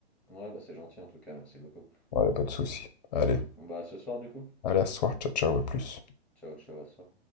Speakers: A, in the centre; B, on the left.
A: Ouais, bah c'est gentil en tout cas, merci beaucoup.
B: Ouais, pas de souci. Allez,
A: Bon, Bah à ce soir du coup.
B: allez, à ce soir. Ciao, ciao, à plus.
A: Ciao, ciao, à ce soir.